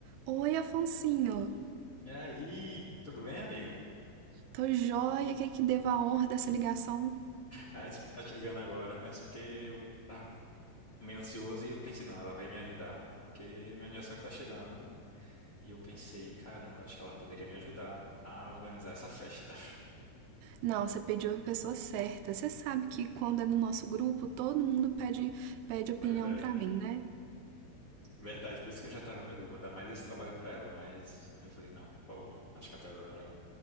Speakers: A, on the right (about 85°); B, on the left (about 85°).
A: Oi, Afonsinho.
B: E aí, tudo bem, amiga?
A: Tô joia, que que devo a honra dessa ligação?
B: Ah, desculpa estar te ligando agora, mas porque eu tava meio ansioso e eu pensei, não, ela vai me ajudar, porque meu aniversário tá chegando e eu pensei, caramba, acho que ela poderia me ajudar a organizar essa festa. <laughs>
A: Não, você pediu a pessoa certa. Você sabe que quando é no nosso grupo, todo mundo pede pede opinião
B: Pois é,
A: pra mim, né?
B: verdade, por isso que eu já tava, meu Deus, vou dar mais esse trabalho pra ela, mas eu falei, não, por favor, acho que a Teodora